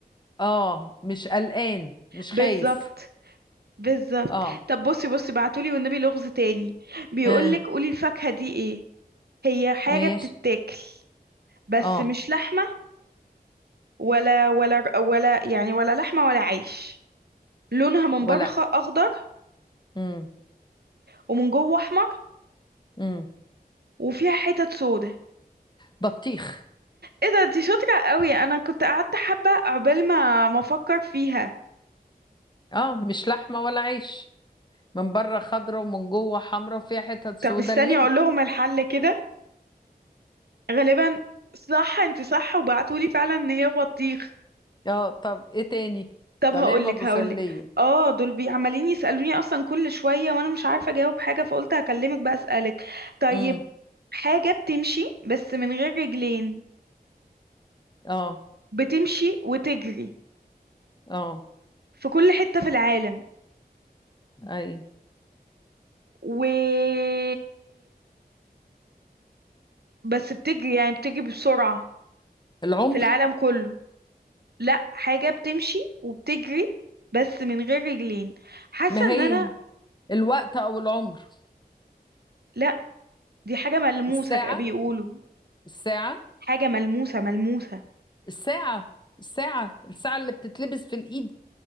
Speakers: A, on the left; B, on the right.
A: اه مش قلقان مش
B: بالظبط
A: خايف
B: بالظبط
A: اه
B: طب بصي بصي بعتولي والنبي لغز تاني بيقولك
A: اه
B: قولي الفاكهه دي ايه هي حاجه
A: ماشي
B: بتتاكل بس
A: اه
B: مش لحمه ولا ولا ولا يعني ولا لحمه ولا عيش لونها من
A: ولا
B: بره خ- اخضر
A: امم
B: ومن جوه احمر
A: امم
B: وفيها حتت سودا
A: بطيخ
B: ايه ده انتي شاطرة قوي انا كنت قعدت حبة عقبال ما ما افكر فيها
A: اه مش لحمة ولا عيش من بره خضرة ومن جوه حمرا وفيها حتت سودا
B: طب استني
A: اللب
B: اقول لهم الحل كده غالبا صح انتي صح وبعتولي فعلا ان هي بطيخ
A: اه طب ايه تاني
B: طب
A: ده
B: هقولك
A: نعمة مسلية
B: هقولك اه دول بي- عمالين يسألوني اصلا كل شوية وانا مش عارفة اجاوب حاجة فقلت هكلمك بقى اسألك طيب
A: امم
B: حاجة بتمشي بس من غير رجلين
A: اه
B: بتمشي وتجري
A: اه
B: في كل حتة في العالم
A: اي
B: و بس بتجري يعني بتجري بسرعة
A: العمر
B: في العالم كله لا حاجة بتمشي وبتجري بس من غير رجلين حاسة
A: ما هي
B: ان انا
A: الوقت او العمر
B: لا دي حاجة ملموسة
A: الساعة
B: ك- بيقولوا
A: الساعة
B: حاجة ملموسة ملموسة
A: الساعة الساعة الساعة اللي بتتلبس في الايد